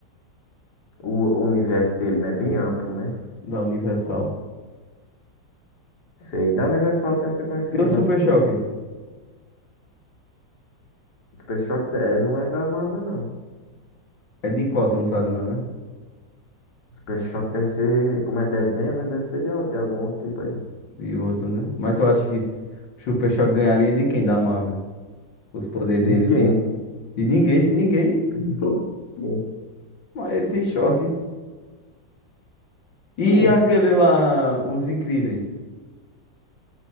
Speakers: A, on the left; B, on the left.
A: O, o universo dele, né? É bem amplo, né?
B: Da Universal.
A: Sei. Da Universal, assim, você conhece
B: E
A: quem?
B: o
A: Mas
B: Super Choque?
A: Super Shock é, não é da Marvel, não.
B: É de qual? Tu não sabe não, né?
A: Super Shock deve ser. Como é desenho, né? Deve ser de, al- de algum outro tipo aí.
B: Yoda, né? Mas tu acha que s- o Super Choque ganharia de quem da Marvel? Com os poderes
A: Ninguém.
B: dele de, de ninguém, de ninguém.
A: <laughs> Ninguém.
B: Mas ele tem choque. E
A: Sim.
B: aquele lá, os Incríveis.